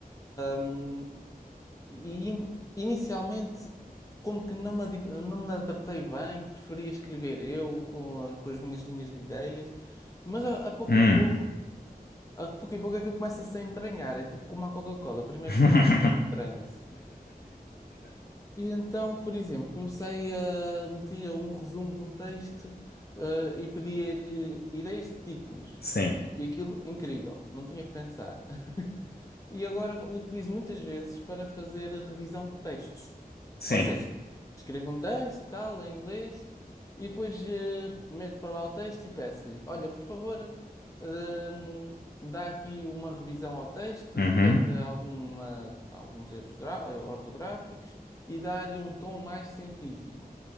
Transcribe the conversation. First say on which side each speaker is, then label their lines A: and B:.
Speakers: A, on the left; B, on the left.
A: Hum, e inicialmente, como que não me, adip- não me adaptei bem, preferia escrever eu com, a- com as minhas linhas de ideias, mas a, a pouco
B: Hum.
A: e pouco. a pouco e pouco aquilo começa-se a entranhar. É tipo como a Coca-Cola. Primeiro
B: <laughs>
A: estranha-se, depois entranha-se. E então, por exemplo, comecei a metia um resumo de um texto, eh, e pedia-lhe ideias de títulos.
B: Sim,
A: E aquilo, incrível, não tinha que pensar. <laughs> e agora o utilizo muitas vezes para fazer revisão de textos.
B: sim.
A: Ou seja, escrevo um texto e tal, em inglês, e depois eh, meto para lá o texto e peço-lhe: Olha, por favor, hum, dá aqui uma revisão ao texto,
B: Uhum.
A: detecta alguma, alguns erros gra- ortográficos e dá-lhe um tom mais científico.